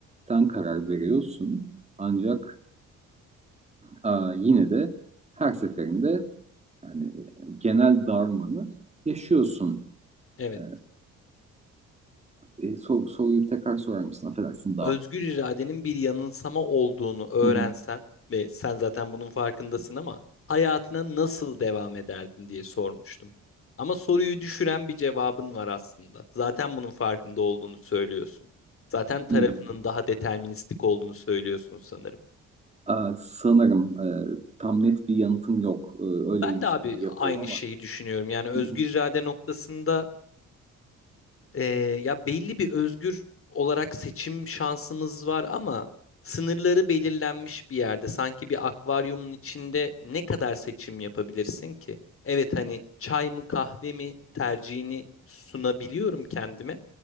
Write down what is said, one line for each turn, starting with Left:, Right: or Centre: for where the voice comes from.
Right: Sen karar veriyorsun. Ancak aa, yine de her seferinde yani genel darmanı yaşıyorsun.
Left: Evet.
Right: Ee, e, sor- soruyu tekrar sorar mısın? Affedersin dağıttım.
Left: özgür iradenin bir yanılsama olduğunu öğrensen
Right: Hı hı.
Left: ve sen zaten bunun farkındasın ama hayatına nasıl devam ederdin diye sormuştum. Ama soruyu düşüren bir cevabın var aslında. Zaten bunun farkında olduğunu söylüyorsun. Zaten tarafının
Right: İyi.
Left: daha deterministik olduğunu söylüyorsun sanırım.
Right: Aa, sanırım e, tam net bir yanıtım yok. Ee, öyleymiş
Left: Ben de abi
Right: gibi yapıyorum
Left: aynı
Right: ama.
Left: şeyi düşünüyorum. Yani özgür
Right: Hı hı.
Left: irade noktasında Ee, ya belli bir özgür olarak seçim şansımız var ama sınırları belirlenmiş bir yerde. Sanki bir akvaryumun içinde ne kadar seçim yapabilirsin ki? Evet hani çay mı kahve mi tercihini sunabiliyorum kendime